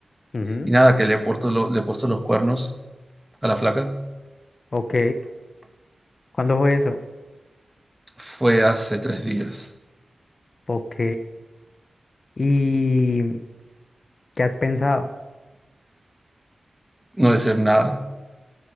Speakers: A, on the left; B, in the centre.
A: ujú,
B: Y nada, que le he puesto, lo- le he puesto los cuernos a la flaca.
A: Ok. ¿Cuándo fue eso?
B: Fue hace tres días.
A: Ok. ¿Y qué has pensado?
B: No decir nada.